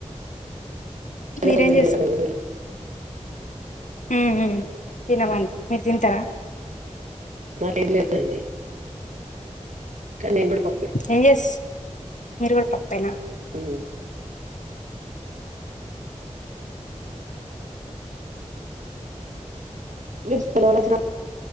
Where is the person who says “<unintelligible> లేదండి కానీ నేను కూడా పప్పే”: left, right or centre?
Right